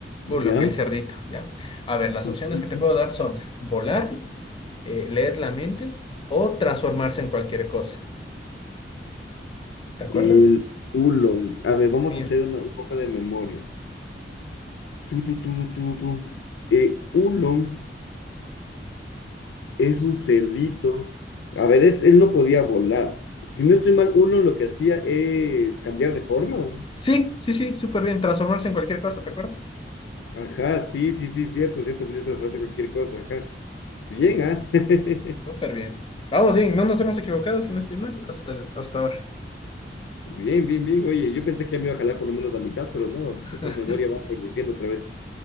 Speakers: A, on the left; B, on the left.
A: ya.
B: Oolong, el cerdito, ¿ya? A ver, las
A: Ujú.
B: opciones que te puedo dar son volar, eh, leer la mente o transformarse en cualquier cosa. ¿Te acuerdas?
A: El Oolong. A ver, vamos
B: Mira.
A: a hacer una- un poco de memoria. Tú, tú, tú, tú, tú. Eh, Oolong es un cerdito. A ver, es- él no podía volar. Si no estoy mal, Oolong lo que hacía es cambiar de forma.
B: Sí, sí, sí, súper bien. Transformarse en cualquier cosa, ¿te acuerdas?
A: Ajá, sí, sí, sí, cierto, cierto, pues yo te lo ofrezco cualquier cosa, ajá. Bien, ¿ah? <laughs>
B: Súper bien. Vamos bien, no nos hemos equivocado, si no estoy mal, hasta, el- hasta ahora.
A: Bien, bien, bien. Oye, yo pensé que ya me iba a jalar por lo menos la mitad, pero no,
B: <laughs>
A: esta memoria va reduciendo otra vez.